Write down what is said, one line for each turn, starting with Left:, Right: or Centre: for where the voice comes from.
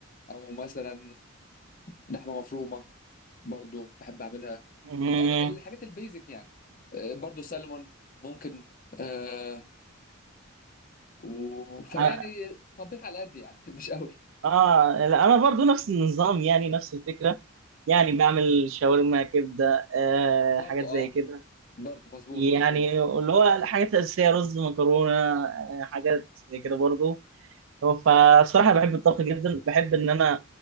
Left: او مثلا لحمه مفرومه برضو بحب اعملها
Right: امم
Left: يعني الحاجات البيزك يعني آه، برضو سلمون ممكن آه و... فيعني
Right: اه
Left: طبيخ على قد يعني <laughs> مش قوي
Right: آه، لا انا برضو نفس النظام يعني نفس الفكره يعني بعمل شاورما كبده آه
Left: برضو
Right: حاجات
Left: اه
Right: زي كده
Left: برضو مظبوط
Right: يعني
Left: مظبوط
Right: اللي هو الحاجات الاساسيه رز مكرونه آه، حاجات زي كده برضو هو فالصراحة بحب الطبخ جدا بحب إن أنا